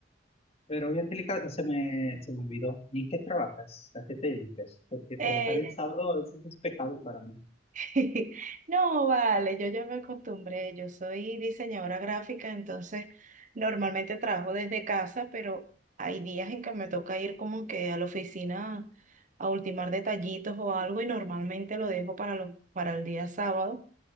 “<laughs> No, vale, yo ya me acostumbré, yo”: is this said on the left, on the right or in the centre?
Right